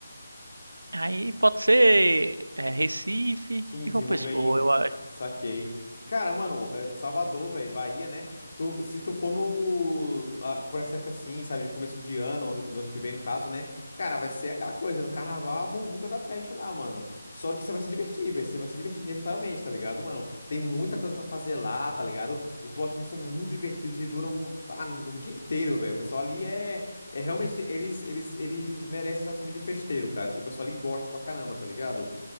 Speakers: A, on the right; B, on the left.
A: Aí pode ser é, Recife
B: Sim,
A: e
B: desenvolver
A: João Pessoa,
B: em.
A: eu acho.
B: Saquei. Cara, mano, é, Salvador, velho, Bahia, né? Tu, se tu for no. ah, Por essa época assim, sabe, de começo de ano, ou no- do ano que vem, no caso, né? Cara, vai ser aquela coisa, no carnaval, é a muvuca da peste lá, mano. Só que você vai se divertir, velho. Você vai se divertir inevitavelmente, tá ligado, mano? Tem muita coisa pra fazer lá, tá ligado? Os bloquinhos são muito divertidos e duram ah, o dia inteiro, velho. O pessoal ali é. É realmente. Eles, eles, eles merecem essa fama de festeiro, cara, porque o pessoal ali gosta pra caramba, tá ligado?